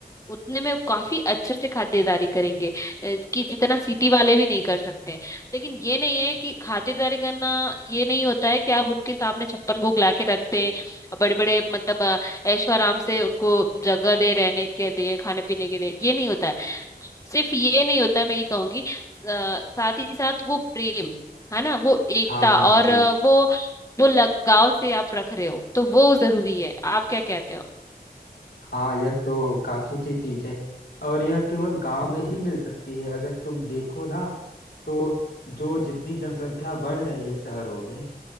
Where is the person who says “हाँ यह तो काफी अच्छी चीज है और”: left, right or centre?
Left